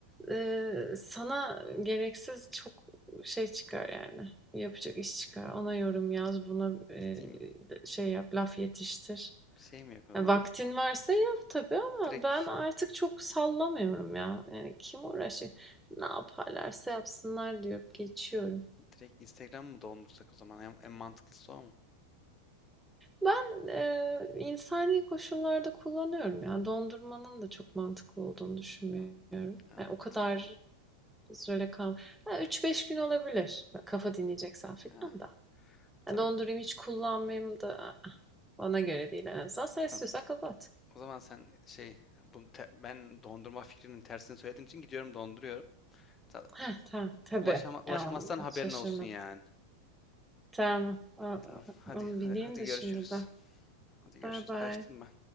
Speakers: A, in the centre; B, on the left.
A: Eee, sana gereksiz çok şey çıkar yani, yapacak iş çıkar. Ona yorum yaz, buna, eee,
B: <laughs> Gideyim
A: şey yap, laf yetiştir.
B: şey mi yapayım
A: Ya
B: o zaman?
A: vaktin
B: Git,
A: varsa yap tabii ama
B: direkt,
A: ben artık çok sallamıyorum ya. Yani kim uğraşacak? Ne yaparlarsa yapsınlar deyip geçiyorum.
B: direkt Instagram mı doldursak o zaman? En, en mantıklısı o mu?
A: Ben, eee, insani koşullarda kullanıyorum yani Dondurmanın da çok mantıklı olduğunu düşünmüyorum.
B: Anladım.
A: Yani o kadar bir kal üç beş gün olabilir. Kafa dinleyeceksen filan
B: Ha,
A: da.
B: tamam
A: Ya dondurayım hiç kullanmayayım da ı-ı, bana göre değil en azından. Sen
B: tamam.
A: istiyorsan kapat.
B: O zaman sen şey bu te- ben dondurma fikrinin tersini söylediğin için gidiyorum donduruyorum. Ta-
A: Heh, tamam tabii.
B: Ulaşama, ulaşamazsan
A: Ya,
B: haberin
A: şaşırmadım.
B: olsun yani.
A: Tamam. Aa,
B: Tamam hadi
A: Onu
B: hadi,
A: bileyim
B: hadi
A: de
B: görüşürüz.
A: şimdiden.
B: Hadi görüşürüz.
A: Bye bye.
B: Kaçtım ben.